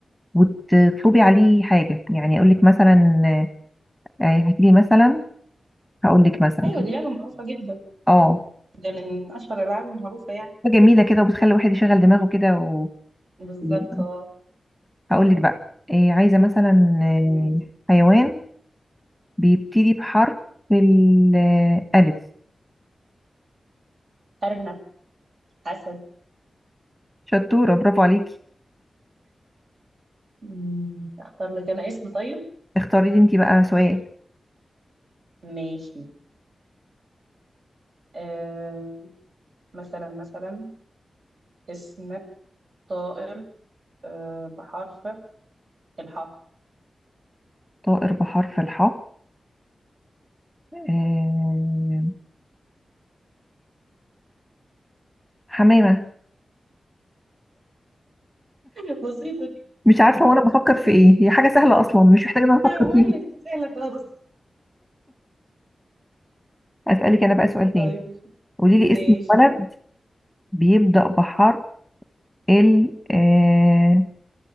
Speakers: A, in the centre; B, on the right (about 60°).
A: وتطلبي عليه حاجه يعني اقول لك مثلا آه هاتي لي مثلا هقول لك مثلا
B: ايوه دي لعبة معروفة جدا
A: اه
B: ده من اشهر الالعاب المعروفة يعني
A: حاجة جميله كده وبتخلي الواحد يشغل دماغه كده و...
B: بالظبط
A: ويبقى-
B: اه
A: هقول لك بقى آه عايزه مثلا آه
B: تمام ماشي
A: حيوان بيبتدي بحرف الألف
B: ارنب اسد
A: شطورة برافو عليكي
B: مم. اختار لك انا اسم طيب
A: اختاري لي انتي بقى سؤال
B: ماشي آه مثلا مثلا اسم طائر آه بحرف الحاء
A: طائر بحرف الحاء آه... حمامة
B: <laughs> بسيطة دي
A: مش عارفة وانا بفكر في ايه هي حاجة سهلة اصلا مش محتاجة ان انا افكر
B: ولا
A: فيها
B: دي سهلة خالص
A: اسألك انا بقى
B: <laughs>
A: سؤال تاني
B: طيب
A: قولي لي
B: ماشي
A: اسم ولد بيبدأ بحرف ال آه...